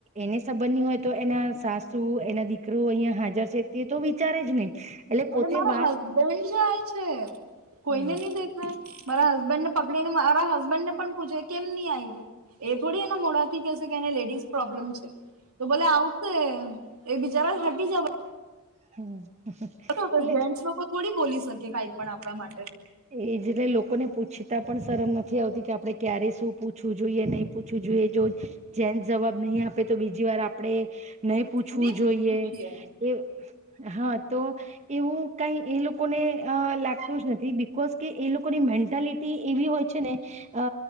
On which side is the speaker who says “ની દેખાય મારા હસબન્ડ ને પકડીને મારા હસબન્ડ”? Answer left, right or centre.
Right